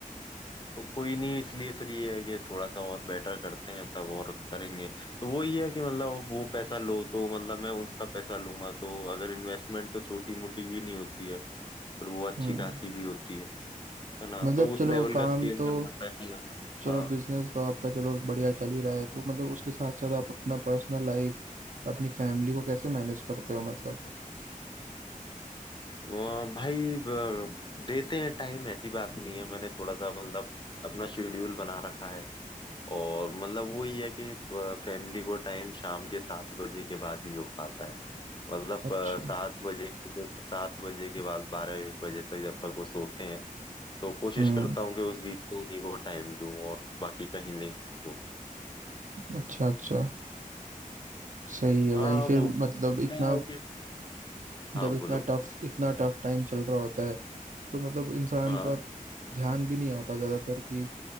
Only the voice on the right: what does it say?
हम्म
मतलब
चलो
काम
तो
चलो
बिजनेस तो आपका चलो बढ़िया चल ही रहा है तो मतलब उसके साथ साथ आप अपना पर्सनल लाइफ अपनी फैमिली को कैसे मैनेज करते हो मतलब
अच्छा
हम्म
अच्छा अच्छा सही है भाई
फिर
मतलब इतना
जब इतना
टफ इतना टफ टाइम चल रहा होता है तो मतलब इंसान
का ध्यान भी नहीं आता ज्यादातर कि